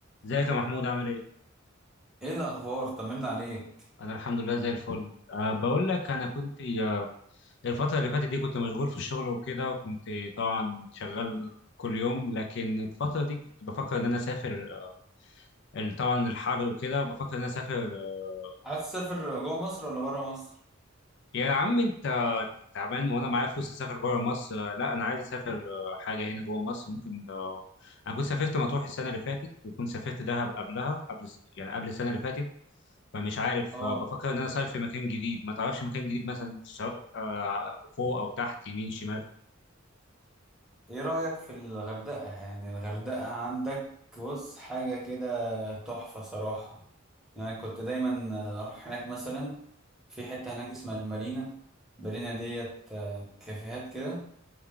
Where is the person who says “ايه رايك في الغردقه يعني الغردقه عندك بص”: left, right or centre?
Centre